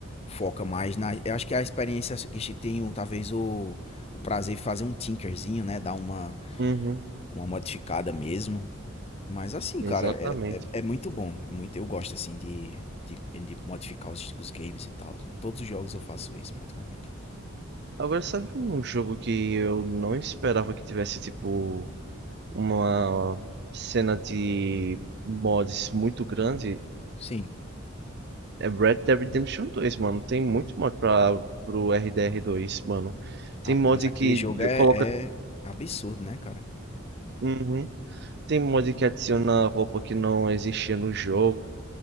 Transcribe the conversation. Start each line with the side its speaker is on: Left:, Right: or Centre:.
Left: foca mais na. Eu acho que a experiência que a gente tem, o- talvez, o, o prazer de fazer um tinkerzinho, né? Dar uma,
Right: Uhum,
Left: uma modificada mesmo. Mas assim,
Right: exatamente.
Left: cara, é, é, é muito bom. É muito, eu gosto, assim, de, de, de modificar os, os games e tal. Em todos os jogos eu faço isso, praticamente.
Right: Agora, sabe um jogo que eu não esperava que tivesse, tipo, uma cena de mods muito grande?
Left: Sim.
Right: É Red Dead Redemption 2, mano. Tem muito mod pra, pro RDR2, mano.
Left: Ah,
Right: Tem mod
Left: pô, mas aquele
Right: que
Left: jogo
Right: d-
Left: é
Right: coloca.
Left: é absurdo, né, cara?
Right: Uhum. Tem mod que adiciona roupa que não existia no jogo.